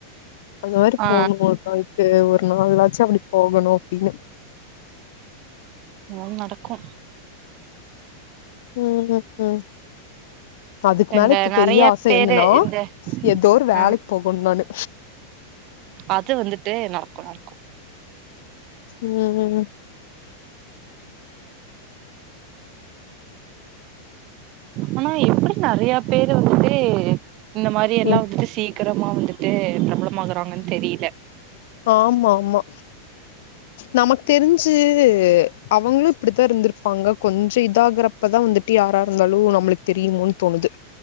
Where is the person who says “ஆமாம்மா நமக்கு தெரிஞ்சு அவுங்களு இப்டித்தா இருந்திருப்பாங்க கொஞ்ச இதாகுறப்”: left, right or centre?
Left